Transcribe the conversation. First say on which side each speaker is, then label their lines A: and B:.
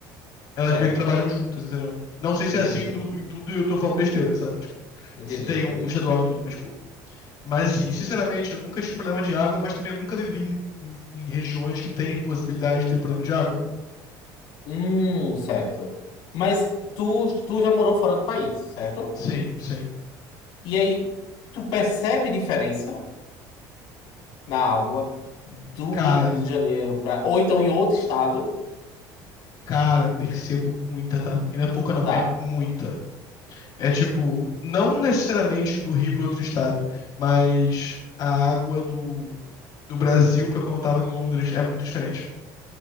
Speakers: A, on the left; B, on the left.
A: Elas
B: Certo.
A: meio que trabalham juntas, entendeu? Não sei se
B: Entendi.
A: é assim no- em tudo e eu tô falando besteira, sabe? Tipo,
B: Entendi,
A: se tem
B: entendi.
A: um, um estadual em tudo, mas, tipo. Mas, assim, sinceramente, eu nunca tive problema de água, mas também eu nunca vivi em, em- em regiões que tem possibilidade de ter problema de água.
B: Hum, certo. Mas tu, tu já morou fora do país, certo?
A: Sim, sim.
B: E aí, tu percebe diferença na água do
A: Cara,
B: Rio de Janeiro para. Ou então em outro estado.
A: cara, percebo muita, tá? E não é pouca, não,
B: Tá,
A: é muita. É tipo, não necessariamente do Rio para outro estado, mas a água do, do Brasil para quando eu tava em Londres é muito diferente.